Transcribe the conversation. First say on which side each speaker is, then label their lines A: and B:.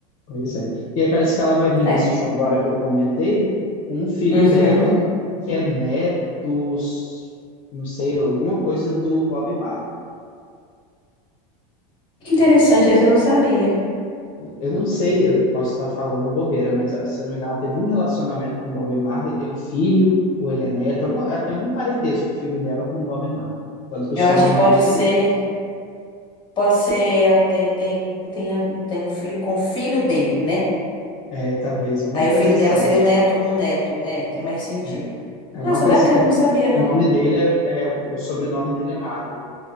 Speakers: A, on the left; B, on the left.
A: Pois é. E aí parece que ela vai vir
B: É.
A: nesse show agora que eu comentei, com um filho
B: Uhum.
A: dela que é neto, s- não sei, alguma coisa do Bob Marley.
B: Que interessante, esse eu não sabia.
A: Eu não sei, eu posso estar falando bobeira, mas ó, se eu não me engano, ela teve um relacionamento com o Bob Marley, tem um filho, ou ele é neto, algum, ela tem algum parentesco o filho dela com o Bob Marley. Tanto que o
B: Eu
A: sobrenome
B: acho que pode
A: dele
B: ser. Pode ser. ela Tem, tem, tem, a- tem um filho com o filho dele, né?
A: é talvez alguma
B: Aí
A: coisa
B: o filho
A: assim.
B: dela seria o neto, o neto. É, tem mais sentido.
A: É, alguma
B: Nossa,
A: coisa
B: bacana,
A: assim, que o
B: não sabia, não.
A: o nome dele é, é o sobrenome dele é Marley.